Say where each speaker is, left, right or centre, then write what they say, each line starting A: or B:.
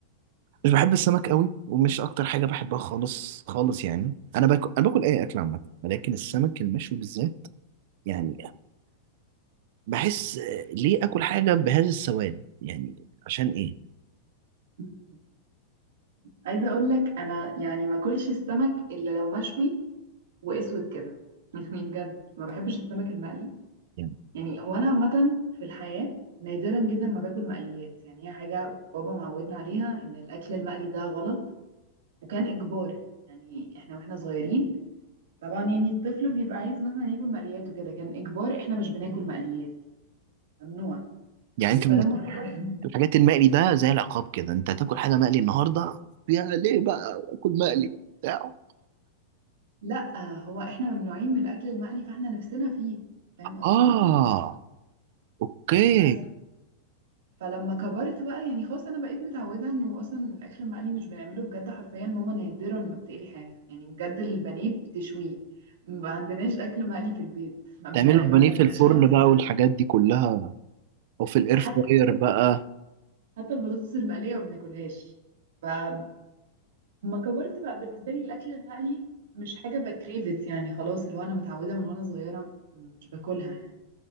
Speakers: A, on the right (about 60°); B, on the right (about 80°).
A: مش بحب السمك قوي ومش اكتر حاجه بحبها خالص خالص يعني انا باكل انا باكل اي اكل عامه ولكن السمك المشوي بالذات يعني بحس آه، ليه اكل حاجه بهذا السواد يعني عشان ايه
B: مم. عايزه اقول لك انا يعني ما اكلش السمك الا لو مشوي واسود كده <laughs> يعني بجد ما بحبش السمك المقلي
A: يعني
B: يعني هو انا عامه في الحياه نادرا جدا ما باكل مقليات يعني هي حاجه بابا معودنا عليها ان الاكل المقلي ده غلط وكان اجبار يعني احنا واحنا صغيرين طبعا يعني الطفل بيبقى عايز مثلا ياكل مقليات وكده كان اجبار احنا مش بناكل مقليات ممنوع
A: يعني انت بالنسبه
B: فلما كبرت
A: الحاجات المقلي ده زي العقاب كده انت هتاكل حاجه مقلي النهارده يا ليه بقى اكل مقلي بتاع
B: لا هو احنا ممنوعين من الاكل المقلي فاحنا نفسنا فيه فاهم قصدي
A: اه اوكي
B: بس فلما كبرت بقى يعني خلاص انا بقيت متعوده انه اصلا الاكل المقلي مش بنعمله بجد حرفيا ماما نادرا ما بتقلي حاجه يعني بجد البانيه بتشويه ما عندناش اكل مقلي في البيت ما, بنا...
A: تعملوا البانيه
B: ما بناكلش
A: في الفرن
B: بطاطس
A: بقى والحاجات دي كلها او في الاير
B: حتى
A: فراير بقى
B: حتى البطاطس المقليه ما بناكلهاش فما كبرت بقى بالنسبه لي الاكل المقلي مش حاجه بكريفت يعني خلاص اللي هو انا متعوده من وانا صغيره مش باكلها يعني